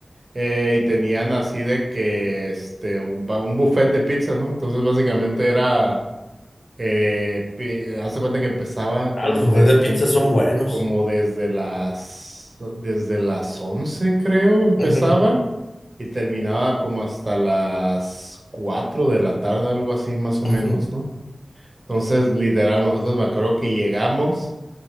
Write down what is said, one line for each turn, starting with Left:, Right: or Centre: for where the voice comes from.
Right: Eh, y tenían así de que este un, ba- un buffet de pizza, ¿no? Entonces básicamente era eh, pi- eh, haz de cuenta que empezaba como
Left: Ah, los buffets
Right: de
Left: de pizza
Right: como,
Left: son buenos.
Right: como desde las desde las 11 creo empezaba
Left: Ujú,
Right: y terminaba como hasta las 4 de la tarde, algo así más o
Left: ujú,
Right: menos, ¿no? Entonces, literal, nosotros me acuerdo que llegamos